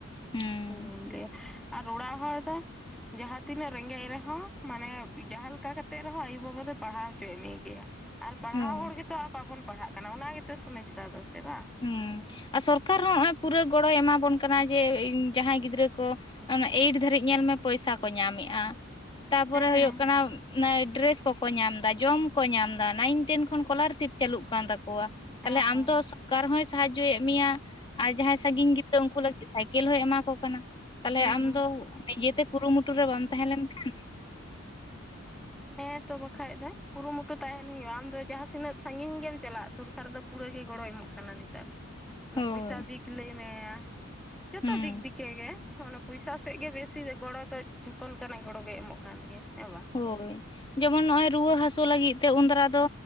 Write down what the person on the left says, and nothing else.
ᱦᱩᱸ
ᱦᱳᱭ
ᱦᱩᱸ ᱟᱨ ᱥᱚᱨᱠᱟᱨ ᱦᱚᱸ ᱦᱚᱸᱜᱼᱚᱭ ᱯᱩᱨᱟᱹ ᱜᱚᱲᱚᱭ ᱮᱢᱟᱵᱚᱱ ᱠᱟᱱᱟ ᱡᱮ ᱡᱟᱦᱟᱸᱭ ᱜᱤᱫᱽᱨᱟᱹ ᱠᱚ ᱮᱭᱤᱴ ᱫᱷᱵᱤᱡ ᱧᱮᱞ ᱢᱮ ᱯᱚᱭᱥᱟ ᱠᱚ ᱧᱟᱢᱮᱜᱼᱟ, ᱛᱟᱯᱚᱨᱮ
ᱦᱩᱭᱩᱜ ᱠᱟᱱᱟ ᱚᱱᱮ ᱰᱨᱮᱥ ᱠᱚᱠᱚ ᱧᱟᱢᱫᱟ, ᱡᱚᱢ ᱠᱚ ᱧᱟᱢᱫᱟ, ᱱᱟᱭᱤᱱ ᱴᱮᱱ ᱠᱷᱚᱱ ᱠᱚᱞᱟᱨᱥᱤᱯ ᱪᱟᱹᱞᱩᱜ ᱠᱟᱱ ᱛᱟᱠᱚᱣᱟ
ᱛᱟᱦᱞᱮ ᱟᱢ ᱛᱚ ᱠᱟᱨ ᱦᱚᱸᱭ ᱥᱟᱦᱟᱡᱚᱭ ᱢᱮᱭᱟ, ᱟᱨ ᱡᱟᱦᱟᱸᱭ ᱥᱟᱺᱜᱤᱧ ᱜᱤᱫᱽᱨᱟᱹ ᱩᱱᱠᱩ ᱞᱟᱹᱜᱤᱫ ᱥᱟᱭᱠᱮᱞ ᱦᱚᱸᱭ ᱮᱢᱟ ᱠᱚ ᱠᱟᱱᱟ, ᱛᱟᱦᱞᱮ
ᱟᱢ ᱫᱚ ᱱᱤᱡᱮᱛᱮ ᱠᱩᱨᱩᱢᱩᱴᱩ ᱨᱮ ᱵᱟᱢ ᱛᱟᱦᱮᱸ ᱞᱮᱱ ᱠᱷᱟᱱ
ᱦᱳᱭ
ᱦᱩᱸ
ᱦᱳᱭ ᱡᱮᱢᱚᱱ ᱱᱚᱜᱼᱚᱭ ᱨᱩᱣᱟᱹ ᱦᱟᱥᱩ ᱞᱟᱹᱜᱤᱫ ᱛᱮ ᱩᱱᱫᱟᱨᱟ ᱫᱚ